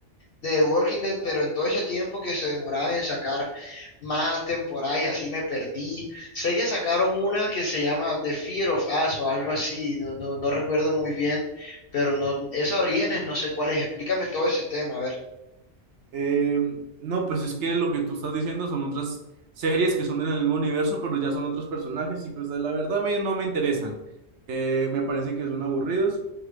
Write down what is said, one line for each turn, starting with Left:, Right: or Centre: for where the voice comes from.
Left: de Walking Dead, pero en todo ese tiempo que se demoraban en sacar más temporadas y así me perdí. Sé que sacaron una que se llama The Fear of Us o algo así, no, no, no recuerdo muy bien, pero no, esas Orígenes no sé cuáles, explícame todo ese tema, a ver.
Right: Em, no, pues es que lo que tú estás diciendo son otras series que son en el mismo universo, pero ya son otros personajes y pues la verdad a mí no me interesan. Eh, me parece que son aburridos.